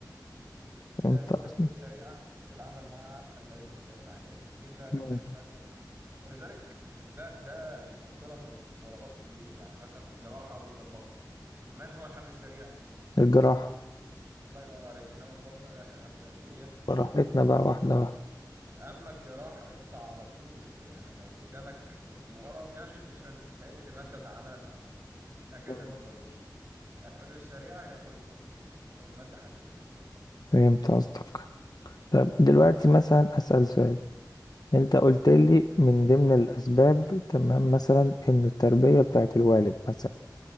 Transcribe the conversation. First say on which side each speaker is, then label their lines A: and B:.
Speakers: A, on the right; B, on the left.
A: لا
B: فهمت
A: توجد
B: أصلا
A: حلول سريعة في العمل مع البيولوجيا والأحياء إلا لو
B: مم.
A: كانت مادة ولذلك ده ده بيحطنا في مفارقات كتير يعني مثلا الجراحة ضد البطنة من هو الحل السريع؟
B: الجراحة
A: الله ينور عليك إنما البطنة لا، إحنا هناخد أدوية ونشوف
B: براحتنا بقى واحدة
A: تمام
B: واحدة
A: أما الجراحة اقطع على طول يعني لو قدامك ورم يعني أنا شلته في ثانية لأن مادة تعاملت مع مادة هكذا
B: مم.
A: هو البيولوجي الحلول السريعة هي طريق المادة أو المادة حاكمة يعني
B: فهمت قصدك طب دلوقتي مثلا أسأل سؤال أنت قلت
A: اتفضل
B: لي من ضمن الأسباب تمام مثلا إن التربية بتاعت الوالد مثلا